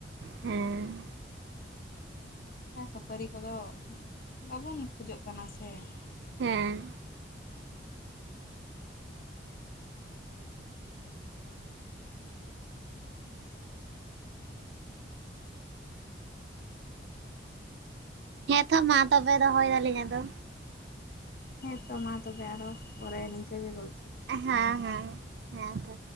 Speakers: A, on the right; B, on the left.
A: ᱦᱮᱸ,
B: ᱠᱷᱟᱹᱯᱟᱹᱨᱤ ᱠᱚᱫᱚ ᱵᱟᱵᱚᱱ ᱠᱷᱚᱡᱚᱜ ᱠᱟᱱᱟ ᱥᱮ ᱾
A: ᱦᱮᱸ᱾ ᱦᱮ ᱛᱚ ᱢᱟ ᱛᱚᱵᱮ ᱫᱚᱦᱚᱭ ᱫᱟᱞᱤᱧ ᱟᱫᱚ ᱾
B: ᱦᱮᱸ ᱛᱚ ᱢᱟ ᱛᱚᱵᱮ ᱟᱨᱚ ᱯᱚᱨᱮ ᱱᱤᱝᱠᱟᱹ ᱜᱮ ᱜᱚᱞ
A: ᱦᱮᱸ ᱦᱮᱸ ᱦᱮᱸ ᱛᱚ,